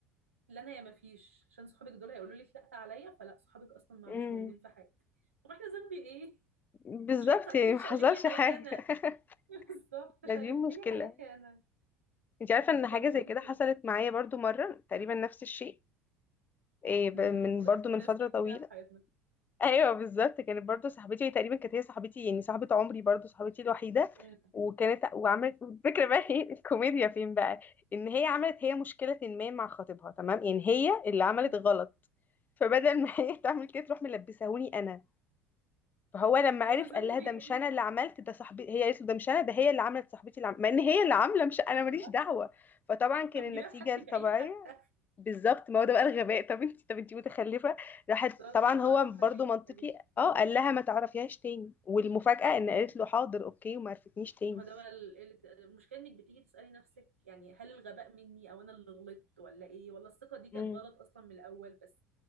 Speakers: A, on the right; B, on the left.
A: لا انا يا ما فيش عشان صحابك دول هيقولوا لك لا عليا فلا صحابك اصلا ما
B: امم
A: عادوش موجودين في حياتك طب احنا ذنبي ايه
B: بالظبط
A: <laughs> ليه تقتلش
B: يعني ما حصلش
A: قلب لي حياتي
B: حاجة
A: انا
B: <laughs>
A: بالظبط شقلبت
B: ده دي مشكلة
A: لي حياتي انا
B: انت عارفة ان حاجة
A: طب وانتي
B: زي كده حصلت معايا برضو مرة تقريبا نفس الشيء إيه ب-
A: امم
B: من
A: واضح
B: برضو
A: ان
B: من
A: الناس
B: فترة
A: دي
B: طويلة
A: كتيره في حياتنا
B: <laughs> ايوه بالظبط كانت برضو صاحبتي هي تقريبا كانت هي صاحبتي يعني صاحبة عمري برضو صاحبتي الوحيدة
A: امم
B: وكانت وعملت الفكرة بقى <laughs> هي الكوميديا فين بقى ان هي عملت هي مشكلة ما مع خطيبها تمام يعني هي اللي عملت
A: أمم.
B: غلط فبدل ما <laughs> هي تعمل كده تروح ملبسهوني انا فهو لما عرف
A: وانا ذنبي
B: قال لها ده
A: ايه
B: مش انا اللي عملت ده صاحبي هي قالت له ده مش انا ده هي اللي عملت صاحبتي اللي عملت. مع ان هي اللي عامله مش انا
A: آه.
B: ماليش دعوه فطبعا كان
A: طب
B: النتيجه
A: جيبها في حد
B: الطبيعيه
A: بعيد حتى
B: بالظبط ما هو ده بقى الغباء طب انت طب انت متخلفه راحت
A: بالظبط
B: طبعا
A: انا
B: هو
A: اقرب
B: برضو
A: حد ليك
B: منطقي
A: يا بنتي
B: اه قال لها ما تعرفيهاش تاني والمفاجاه ان قالت
A: أمم.
B: له حاضر اوكي وما عرفتنيش تاني
A: هو ده بقى ال- ال- المشكله انك بتيجي تسالي نفسك يعني هل الغباء مني او انا اللي غلطت ولا ايه ولا الثقه دي كانت
B: امم
A: غلط اصلا من الاول بس